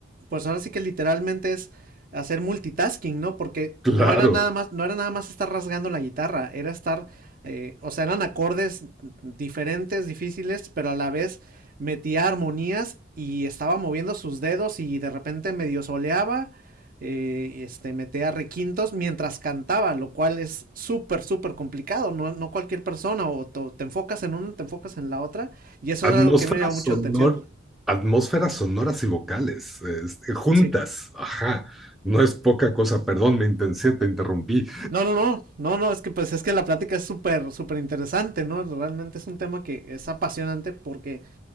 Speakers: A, on the right; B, in the centre.
A: pues ahora sí que literalmente es hacer multitasking, ¿no? Porque no
B: Claro.
A: era nada más, no era nada más estar rasgando la guitarra, era estar, eh, o sea, eran acordes diferentes, difíciles, pero a la vez metía armonías y estaba moviendo sus dedos y de repente medio soleaba eh, este, metía requintos mientras cantaba, lo cual es súper, súper complicado. No, no cualquier persona, o te, te enfocas en una, te enfocas en la otra. Y eso
B: Atmósferas
A: es algo que me llamó mucho
B: sonor,
A: la atención.
B: atmósferas sonoras y vocales, este, juntas,
A: Sí.
B: ajá, no es poca cosa, perdón, me intensé, te interrumpí.
A: No, no, no, no, no, es que pues es que la plática es súper, súper interesante, ¿no? Realmente es un tema que es apasionante porque,